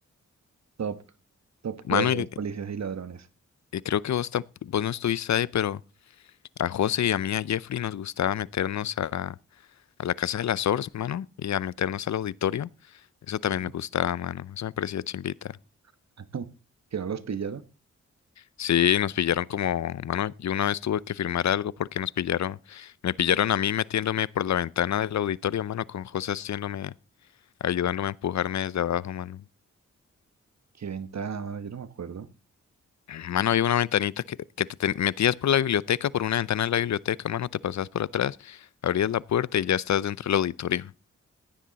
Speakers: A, on the right; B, on the left.
A: top. Top juegos,
B: Mano, y-
A: policías y ladrones.
B: y creo que vos, tamp- vos no estuviste ahí, pero... A José y a mí, a Jeffrey, nos gustaba meternos a, a la casa de las Ors, mano, y a meternos al auditorio. Eso también
A: Ajá.
B: me gustaba, mano. Eso me parecía chimbita.
A: <laughs> Que no los pillaron.
B: Sí, nos pillaron como, mano, yo una vez tuve que firmar algo porque nos pillaron, me pillaron a mí metiéndome por la ventana del auditorio, mano, con José haciéndome, ayudándome a empujarme desde abajo, mano.
A: Qué ventana, mano. Yo no me acuerdo.
B: Mano, había una ventanita que, que te, te metías por la biblioteca, por una ventana de la biblioteca, mano, te pasabas por atrás, abrías la puerta y ya estás dentro del auditorio.